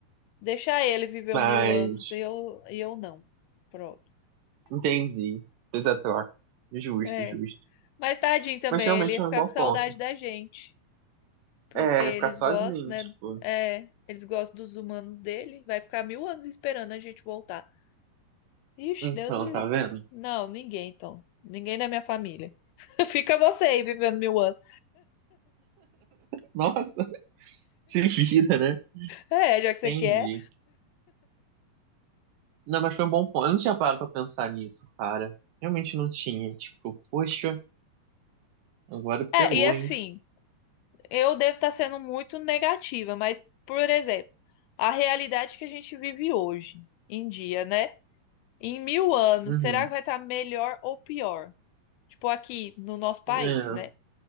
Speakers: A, on the left (about 85°); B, on the right (about 70°).
A: Deixar ele viver
B: Mas,
A: um mil anos e eu, e eu não. Pronto.
B: entendi. Fez a troca. Justo,
A: É.
B: justo.
A: Mas tadinho também,
B: Mas realmente
A: ele ia
B: é
A: ficar
B: um bom
A: com saudade
B: ponto.
A: da gente. Porque
B: É, ele
A: eles
B: ficar sozinho,
A: gostam, né?
B: tipo.
A: É, eles gostam dos humanos dele. Vai ficar mil anos esperando a gente voltar. Ixi,
B: Então,
A: Deus me livre.
B: tá vendo?
A: Não, ninguém, então. Ninguém da minha família. <laughs> Fica você aí vivendo mil anos.
B: Nossa, <laughs> se vira, né?
A: É, já que você
B: Entendi.
A: quer.
B: Não, mas foi um bom ponto. Eu não tinha parado pra pensar nisso, cara. Realmente não tinha. Tipo, poxa, agora
A: É,
B: pegou,
A: e assim,
B: hein?
A: eu devo estar sendo muito negativa, mas, por exemplo, a realidade que a gente vive hoje, em dia, né? Em mil anos,
B: Uhum.
A: será que vai estar melhor ou pior? Tipo, aqui no nosso país,
B: É.
A: né?